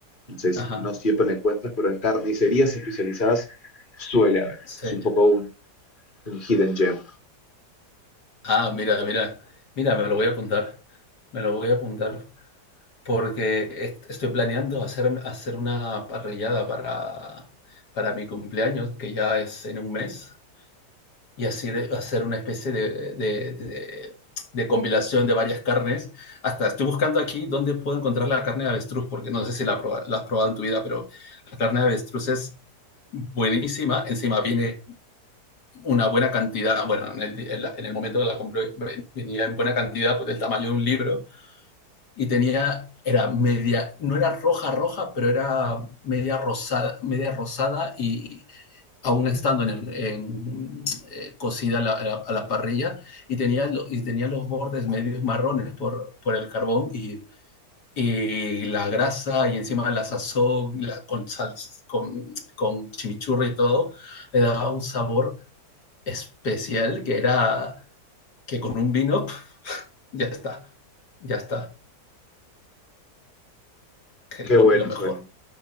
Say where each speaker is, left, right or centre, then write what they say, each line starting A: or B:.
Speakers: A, on the left; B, on the left.
A: entonces
B: ajá,
A: no siempre lo encuentras, pero en carnicerías especializadas suele haber.
B: sí.
A: Es un poco un, un hidden gem.
B: Ah, mira, mira, mira, me lo voy a apuntar, me lo voy a apuntar, porque est- estoy planeando hacer, hacer una parrillada para, para mi cumpleaños, que ya es en un mes, y así de- hacer una especie de, de- de- de compilación de varias carnes. Hasta estoy buscando aquí dónde puedo encontrar la carne de avestruz, porque no sé si la, proba- la has probado en tu vida, pero la carne de avestruz es buenísima, encima viene una buena cantidad, bueno, en el, en la- en el momento que la compré venía en buena cantidad, pues del tamaño de un libro, y tenía, era media, no era roja roja, pero era media rosada, media rosada y aún estando en el- en, eh, cocida a la, a la- parrilla, y tenía, lo- y tenía los bordes medios marrones por, por el carbón y, y la grasa y encima la sazón la- con, sal, con, con chimichurri y todo, le daba un sabor especial que era que con un vino pf, ya está, ya está, que
A: Qué
B: es lo,
A: bueno
B: lo mejor.
A: suena,